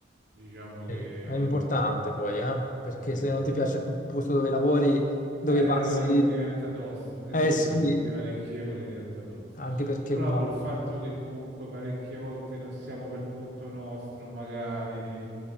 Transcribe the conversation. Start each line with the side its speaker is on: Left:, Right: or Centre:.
Right: diciamo
Left: È
Right: che
Left: è importante
Right: no, no,
Left: poi, eh?
Right: va
Left: Perché
Right: bene.
Left: se non ti piace il posto dove lavori, dove
Right: Eh,
Left: passi,
Right: lo- diventa tosto, eh
Left: eh
Right: sì,
Left: sì,
Right: dove passi parecchie ore diventa tosto.
Left: anche perché
Right: Però
Left: ma
Right: col fatto che comunque parecchie volte non siamo per conto nostro, magari